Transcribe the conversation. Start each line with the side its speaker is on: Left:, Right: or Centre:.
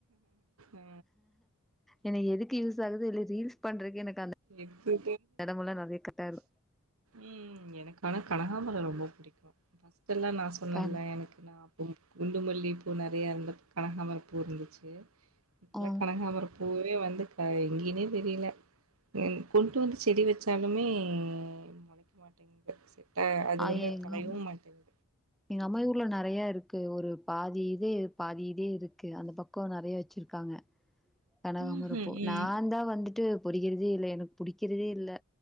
Right: ஆ
Centre: என எதுக்கு யூஸ் ஆகுதோ இல்லையோ ரீல்ஸ் பண்றக்கு எனக்கு அந்த
Right: இது
Centre: எடமெல்லா நெறைய கட்டாகு
Right: உம் எனக்கு ஆனா கனகாபரொ ரொம்ப பிடிக்கு ஃபர்ஸ்ட்டெல்லா நா சொன்னெல்ல
Centre: கண்
Right: எனக்கு நா கும் குண்டுமல்லிப்பூ நெறையாருந்து கனகாமரப்பூ இருந்துச்சி இப்லா
Centre: ஆ
Right: கனகாமரப்பூவே வந்து க எங்யினே தெரியல என் கொண்டு வந்து செடி வெச்சாலுமே முளைக்க மாட்டெங்குது செ ட அது
Centre: ஆ
Right: வந்து
Centre: எங்க
Right: தலையவு
Centre: அம்
Right: மாட்டெங்கு
Centre: எங்க அம்மாயி ஊர்ல நெறையா இருக்கு ஒரு பாதி இது பாதி இதே இருக்கு அந்த பக்கோ நெறைய வெச்சிருக்காங்க கனகாமரப்பூ
Right: ம் ம் ம்
Centre: நாந்தா வந்துட்டு பொரிக்கிறதே இல்ல எனக்கு புடிக்கிறதே இல்ல